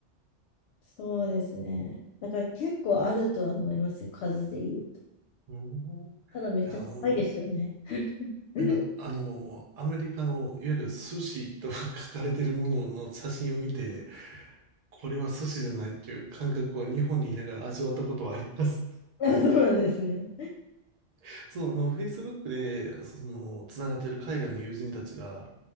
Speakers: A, on the left (about 65°); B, on the right (about 45°).
A: そうですね。だから結構あるとは思いますよ、数で言うと。
B: うん。い
A: ただめっちゃ高いですけどね。
B: や、あの、
A: <laughs>
B: なんか、あの、アメリカの、いわゆる寿司と <laughs> 書かれてるものの写真を見て、これは寿司じゃないっていう感覚は日本にいながら味わったことはあります。
A: あ、そうなんですね。
B: <laughs> その、あの、Facebook で、その、つながってる海外の友人たちが、